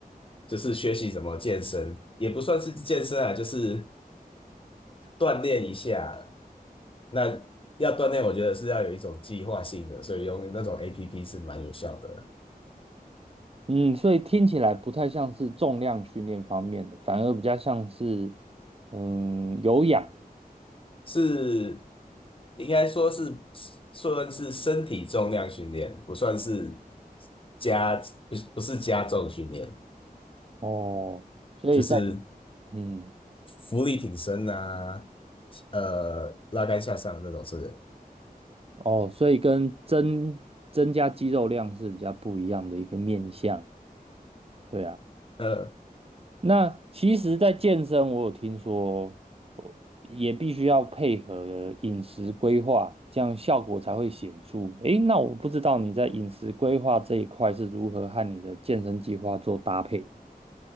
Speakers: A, on the left (about 35°); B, on the right (about 40°).
A: 就是学习怎么健身，也不算是健身啊，就是锻炼一下。那要锻炼，我觉得是要有一种计划性的，所以用那种 APP 是蛮有效的，
B: 嗯，所以听起来不太像是重量训练方面的，反而比较像是嗯有氧
A: 是应该说是算是身体重量训练，不算是加，不是不是加重训练。
B: 哦，所以在
A: 就是
B: 嗯
A: 浮力挺身啊，呃，拉杆下上的那种，是不是？
B: 哦，所以跟增增加肌肉量是比较不一样的一个面向。对啊。
A: 呃
B: 那其实，在健身，我有听说，呃也必须要配合饮食规划，这样效果才会显著。诶，那我不知道你在饮食规划这一块是如何和你的健身计划做搭配。